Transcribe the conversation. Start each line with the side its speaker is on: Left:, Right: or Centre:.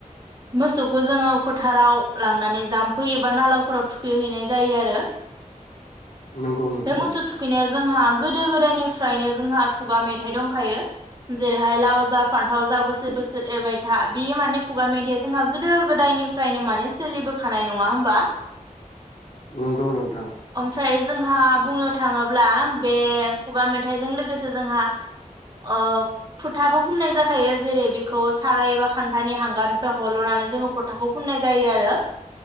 Right: मोसौखौ जोङो फोथाराव लांनानै जाम्फै एबा नालाफोराव थुखैहैनाय जायो आरो
Left: नंगौ नोंथां
Right: बे मोसौ थुखैनाया जोंहा गोदो गोदायनिफ्रायनो जोंहा खुगा मेथाइ दंखायो जेरैहाय लाव जा फान्थाव जा बोसोर बोसोर एरबाय था बि माने खुगा मेथाइया जोंहा गोदो गोदायनिफ्रायनो माने सोलिबोखानाय नङा होमबा
Left: नंगौ नोंथां
Right: ओमफ्राय ओमफ्राय जोंहा बुंनो थाङोब्ला बे खुगा मेथाइजों लोगोसे जोंहा अ फोथाबो फुननाय जाखायो जेरै बेखौ साराय एबा खान्थानि हांगारनिफ्राय हल'नानै जोङो फोथाखौ फुननाय जायो आरो